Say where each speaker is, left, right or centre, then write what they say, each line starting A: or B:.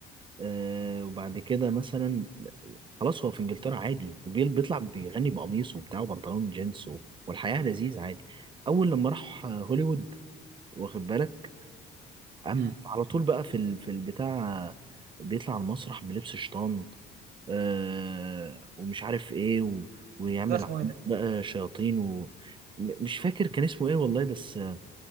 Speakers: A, on the right; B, on the right.
A: آه وبعد كده مثلا خلاص هو في انجلترا عادي وبيل بيطلع بيغني بقميص وبتاع وبنطلون جينز و... والحياة لذيذ عادي اول لما راح آه، هوليوود واخد بالك قام
B: مم.
A: على طول بقى في ال... في البتاع آه، بيطلع على المسرح بلبس شيطان آه ومش عارف ايه و... ويعمل
B: ده اسمه
A: عمال
B: ايه ده؟
A: بقى شياطين و... م- مش فاكر كان اسمه ايه والله بس آه